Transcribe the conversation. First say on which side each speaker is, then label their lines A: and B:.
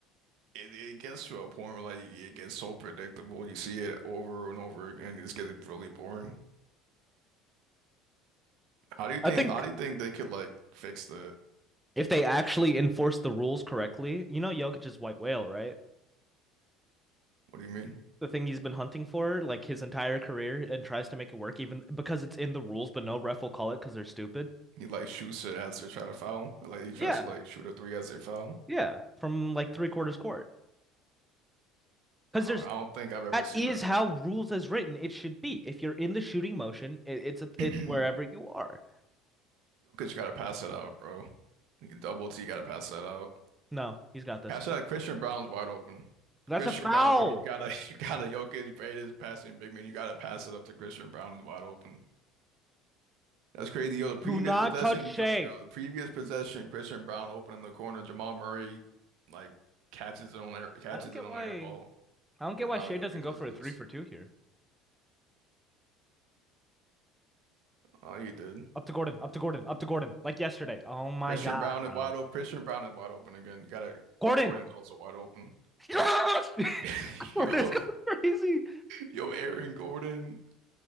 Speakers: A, on the right; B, in the centre.
A: it, it gets to a point where like it gets so predictable. You see it over and over again. It just gets really boring. How do you think?
B: I think
A: How do you think they could like fix that?
B: if they actually enforce the rules correctly, you know Jokic's white whale, right?
A: What do you mean?
B: The thing he's been hunting for like his entire career and tries to make it work even because it's in the rules, but no ref will call it because they're stupid.
A: He like shoots it as they're trying to foul. Like he tries
B: Yeah,
A: to like shoot a three as they foul.
B: yeah. From like three quarters court. Because
A: Um,
B: there's
A: I don't think I've ever
B: That
A: seen
B: is
A: that
B: how
A: work.
B: rules as written it should be. If you're in the shooting motion, it, it's a, it's
A: <clears throat> Jokic
B: wherever you are.
A: gotta pass it out, bro. He Double T gotta pass that out.
B: No, he's got this.
A: Pass it out. Christian Brown's wide open.
B: That's
A: Christian
B: a foul.
A: Brown's, but you gotta, <laughs> you gotta, Jokic, greatest passing big man. You gotta pass it up to Christian Brown is wide open. That's crazy. Yo, the previous
B: Do not
A: possession,
B: touch Shea.
A: jump, yo, the previous possession, Christian Brown open in the corner. Jamal Murray, like, catches it on air, catches
B: I don't get
A: it on
B: why
A: the air ball.
B: I don't get
A: And
B: why
A: now
B: Shea
A: Jokic
B: doesn't go
A: does
B: for
A: this.
B: a three for two here.
A: Oh, he did.
B: Up to Gordon, up to Gordon, up to Gordon, like yesterday. Oh my
A: Christian
B: God,
A: Brown
B: bro.
A: is wide open. Christian Brown is wide open again. You gotta,
B: Gordon!
A: Gordon's also wide open.
B: Yes! <laughs>
A: <laughs>
B: Gordon's
A: Yo,
B: going crazy.
A: yo, Aaron Gordon.